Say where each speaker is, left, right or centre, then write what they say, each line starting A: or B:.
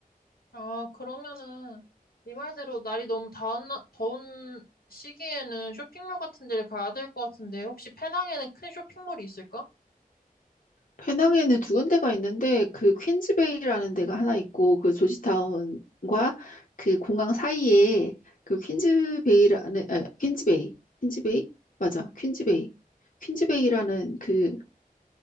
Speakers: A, on the left (about 85°); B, on the left (about 60°).
A: 아, 그러면은 네 말대로 날이 너무 다운, 나- 더운 시기에는 쇼핑몰 같은 데를 가야 될 것 같은데 혹시 페낭에는 큰 쇼핑몰이 있을까?
B: 페낭에는 두 군데가 있는데 그 퀸즈베이라는 데가 하나 있고 그 조지타운과 그 공항 사이에 그 퀸즈베이라는 아, 퀸즈베이 퀸즈베이 맞아 퀸즈베이 퀸즈베이라는 그